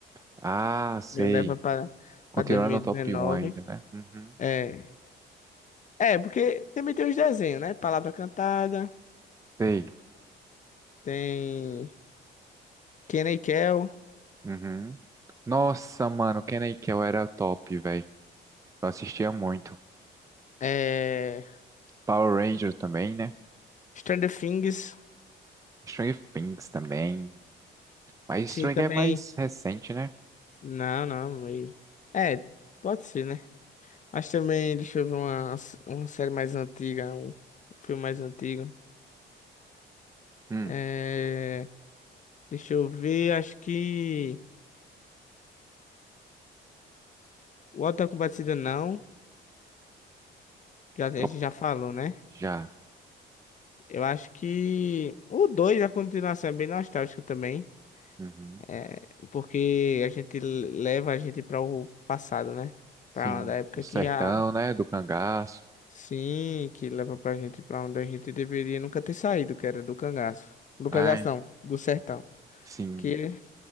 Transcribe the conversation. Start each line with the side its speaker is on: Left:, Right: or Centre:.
Right: Ah, sei.
Left: me leva pra,
Right: Continuando
Left: pra 2019.
Right: no top um ainda, né? Uhum.
Left: É. É, porque também tem os desenhos, né? Palavra Cantada,
Right: Sei.
Left: tem Kenny Kel,
Right: Uhum. Nossa, mano, Kel era top, velho. Eu assistia muito.
Left: é.
Right: Power Ranger também, né?
Left: Stranger Things,
Right: Stranger Things também. Mas
Left: sim,
Right: Stranger
Left: também.
Right: é mais recente, né?
Left: Não, não, meio. É, pode ser, né? Mas também, deixa eu ver uma, uma série mais antiga, um filme mais antigo.
Right: Hum,
Left: É, deixa eu ver, acho que o Auto da Compadecida não, já, a gente
Right: eu-
Left: já falou, né?
Right: já.
Left: Eu acho que o 2 a continuação é bem nostálgica também,
Right: Uhum.
Left: é, porque a gente leva a gente para o passado, né? Para
Right: Sim,
Left: uma da época
Right: o sertão,
Left: que a...
Right: né? Do cangaço.
Left: Sim, que leva pra gente pra onde a gente deveria nunca ter saído, que era do cangaço. Do
Right: Ai,
Left: cangaço não, do sertão.
Right: sim.
Left: que